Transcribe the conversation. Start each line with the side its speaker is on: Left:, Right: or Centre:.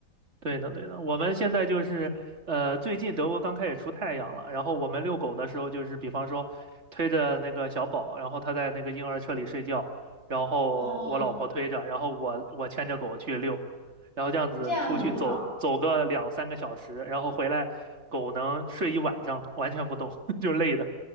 Right: 对的，对的，我们现在就是，呃，最近德国刚开始出太阳了，然后我们遛狗的时候，就是比方说推着那个小宝，然后他在那个婴儿车里睡觉，然后我老婆推着，
Left: 哦，
Right: 然后我我牵着狗去遛，然后这样子出去走走个两三个小时，
Left: 那这样很好，
Right: 然后回来，狗能睡一晚上，完全不动，<laughs> 就累的。